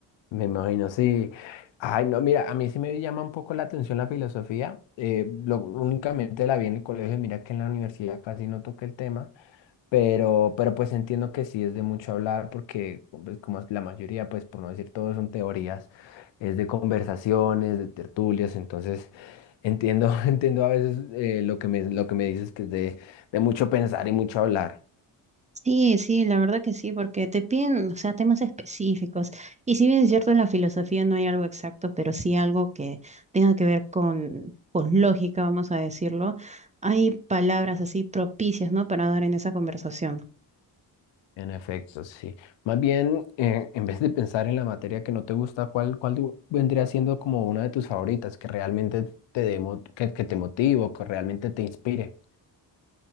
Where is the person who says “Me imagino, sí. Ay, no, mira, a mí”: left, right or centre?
Left